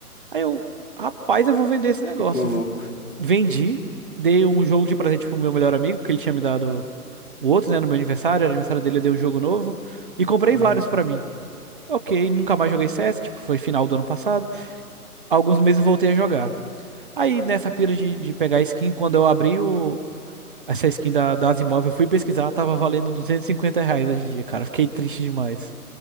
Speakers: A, on the right; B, on the left.
A: Aí eu, rapaz, eu vou vender esse negócio.
B: ficou louco.
A: V- Vendi, dei um jogo de presente pro meu melhor amigo, porque ele tinha me dado o outro, né, no meu aniversário, era aniversário dele, eu dei um jogo novo e comprei
B: Uhum.
A: vários pra mim. Ok, nunca mais joguei CS, tipo, foi final do ano passado. Alguns meses eu voltei a jogar. Aí nessa pira de, de pegar skin, quando eu abri o, essa skin da, das imóveis, eu fui pesquisar, tava valendo 250 reais hoje em dia, cara. Fiquei triste demais.